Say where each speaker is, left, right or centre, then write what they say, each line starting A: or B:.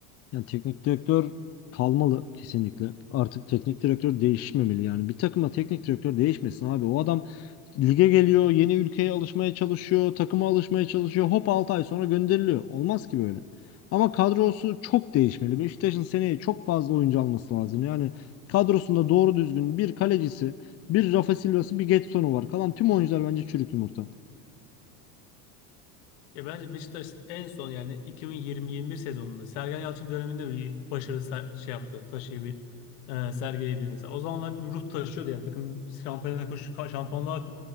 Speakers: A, on the left; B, on the left.
A: Yani teknik direktör kalmalı kesinlikle. Artık teknik direktör değişmemeli yani. Bir takıma teknik direktör değişmesin abi. O adam lige geliyor, yeni ülkeye alışmaya çalışıyor, takıma alışmaya çalışıyor. Hop 6 ay sonra gönderiliyor. Olmaz ki böyle. Ama kadrosu çok değişmeli. Beşiktaş'ın seneye çok fazla oyuncu alması lazım. Yani kadrosunda doğru düzgün bir kalecisi, bir Rafa Silva'sı, bir Getson'u var. Kalan tüm oyuncular bence çürük yumurta.
B: Ya bence Beşiktaş en son yani 2020-21 sezonunda Sergen Yalçın döneminde bir başarı ser- şey yaptı. Taşıyabil, e, sergileyebildi mesela. O zamanlar bir ruh taşıyordu yani takım biz şampiyonluğa koş, ka- şampiyonluğa